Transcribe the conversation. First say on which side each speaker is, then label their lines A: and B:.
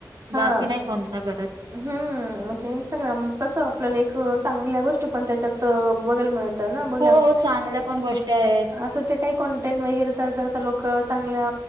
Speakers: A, on the right; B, on the right.
A: हा
B: बाकी नाही कोणता करत.
A: हम्म इन्स्टाग्रामवर कसं आपल्याला एक चांगल्या गोष्टी पण त्याच्यात बघायला मिळतं. त्याना बघात.
B: हो चांगल्या पण गोष्टी आहेत
A: आता ते काय कॉनटेंट वगैरे तर करता लोक चांगल्या